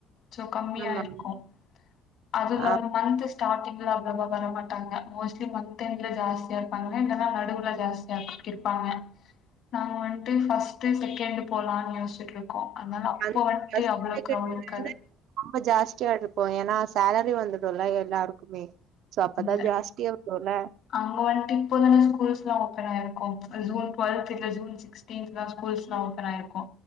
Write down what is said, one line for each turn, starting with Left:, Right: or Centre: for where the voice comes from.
Left: சோ கம்மியா
Right: ஆமா
Left: இருக்கு அதுல இல்லாம
Right: ஆ
Left: மந்துஸ் ஸ்டாரிங்ல அவ்ளவா வரமாட்டாங்க மோஸ்லி மந்த் எண்ட்ல ஜாஸ்தியா இருப்பாங்க இல்லன்னா நடுவுல ஜாஸ்தியா இருப்பா இருப்பாங்க நாங்க வந்துட்டு ஃபர்ஸ்ட் செகண்ட் போலாம்னு யோசிச்சிட்டு இருக் க்கு அதனால அப்ப
Right: அந்த
Left: வந்துட்டு
Right: பஸ்
Left: அவ்ளோ
Right: டிக்கெட்
Left: கிரௌட் இருக்காது
Right: வந்து ரொம்ப ஜாஸ்தியா இருப்போ ஏனா சேலரி வந்துடும்ல எல்லாருக்குமே சோ அப்பதா
Left: இல்ல
Right: ஜாஸ்தியா வருல்ல
Left: அங்க வந்துட்டு இப்போதான ஸ்கூல்ஸ் எல்லா ஓப்பன் ஆயிருக்கு ஜூன் டுவெல்த் இல்ல ஜூன் சிக் ஸ்டீத்தா ஸ்கூல்லா ஓப்பன் ஆயிருக்கு